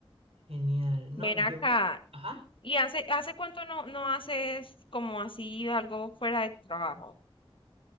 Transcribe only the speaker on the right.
Genial. No,
yo,
ajá,